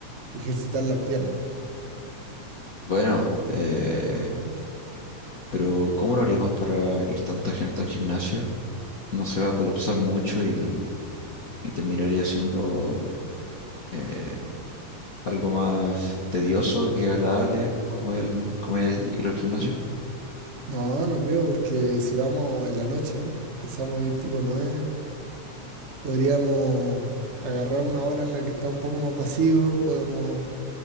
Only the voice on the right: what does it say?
ejercitar las piernas.
No, no creo, porque si vamos en la noche, pensamos ir tipo nueve podríamos agarrar una hora en la que está un poco más vacío, podemos